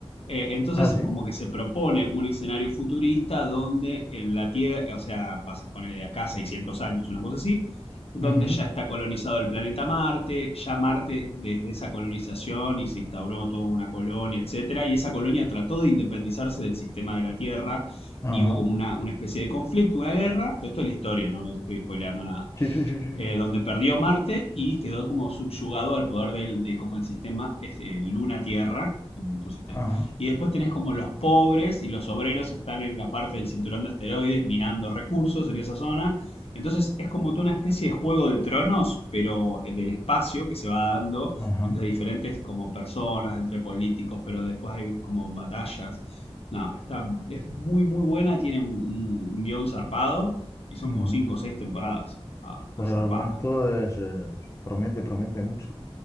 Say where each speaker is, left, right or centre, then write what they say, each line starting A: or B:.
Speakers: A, on the left; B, on the left.
A: Eh, entonces,
B: Ah, sí.
A: como que se propone un escenario futurista donde en la Tierra, o sea, pasa, ponerle de acá 600 años, una cosa así, donde
B: Ujú,
A: ya está colonizado el planeta Marte, ya Marte desde esa colonización y se instauró toda una colonia, etcétera, y esa colonia trató de independizarse del sistema de la Tierra
B: Ajá.
A: y hubo como una, una especie de conflicto, una guerra. Todo esto es la historia, ¿no? No te estoy spoileando nada
B: Sí, sí, sí, sí.
A: eh, donde perdió Marte y quedó como subyugado al poder del, de como el sistema este, Luna-Tierra, como otro sistema.
B: Ajá.
A: Y después tenés como los pobres y los obreros están en la parte del cinturón de asteroides minando recursos en esa zona. Entonces es como toda una especie de juego de tronos, pero eh, del espacio que se va dando
B: Ajá.
A: entre diferentes como personas, entre políticos, pero después hay como batallas. No, está, es muy muy buena, tiene un, un un guión zarpado y son
B: ujú.
A: como cinco o seis temporadas. Ah, está
B: Pues
A: zarpada.
B: el argumento es, eh, promete, promete mucho,